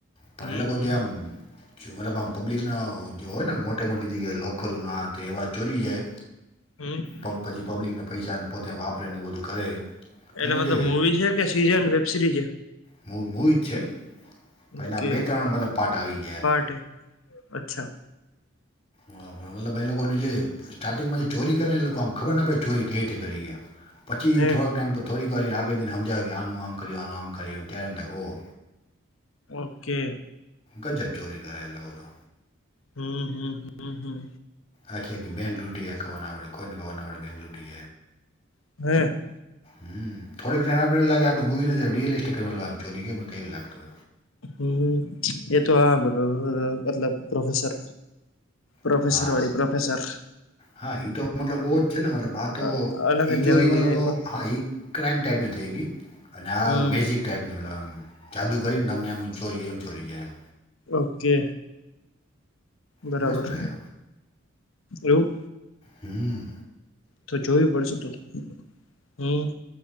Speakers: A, on the left; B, on the left.
A: પણ
B: હમ
A: એ લોકો
B: હમ
A: જે આમ જો મતલબ આમ પબ્લિકના જે હોય ને મોટી મોટી જગ્યા લોકર હોય ને એવા ચોરી જાય.
B: <inaudible>
A: પ પછી પબ્લિકને પૈસાને પોતે વાપરે ને એવું બધું કરે.
B: એટલે
A: એનો
B: મતલબ
A: જે
B: મૂવી છે કે સીઝન વેબ સિરીઝ છે.
A: મ મૂવી જ છે તો
B: ઓકે
A: એના બે ત્રણ મતલબ પાટ આવી ગયા એમ
B: પાર્ટ હે અચ્છા
A: હાં મતલબ એ લોકોનું જે સ્ટાર્ટિંગમાં ચોરી કરે ને એ લોકો આમ ખબર ના પડે ચોરી કેવી રીતે કરી. પછી
B: હે
A: થોડાક ટાઈમ થોડીક વારી આગળ જયને સમજાવ્યું કે આનું આમ કર્યું આનું આમ કર્યું ત્યારે ઓહો
B: ઓકે.
A: ગજબ ચોરી કરે એ લોકો તો
B: હમ્મ હમ્મ હમ્મ
A: આખી આખી બેંગ્લુ ખવા ના આવડે કોઈને ખરના આવડે બેંગ્લુટી
B: <unintelligible>
A: હમ્મ થોડીક ટાઈ આપડે એવું લાગે આપડેવી રયલ સ્ટે ચોરી એવું લાગત હત
B: હમ્મ એ તો હા <unintelligible> મતલબ પ્રોફેસર પ્રોફેસર
A: હતું હા
B: વાળડી પ્રોફેસર
A: હા એ તો મતલબ બહ જ છે ને મતલબ આ તો
B: અલગ
A: એઈ
B: જ
A: ચોરી
B: લેવલની
A: મતલબ
B: એ પણ
A: હા ઈ ક્રાઈમ ટાઈપની થઈ ગઈ અને આ
B: હમ
A: મેજિક ટાઈપની મતલબ આમ જાદુ કરીને તમને આમ ચોરી એવી ચોરી છે એમ
B: ઓકે બરાબર
A: મસ્ત હે
B: એવું
A: હમ્મ
B: તો જોવી પડશે તું હમ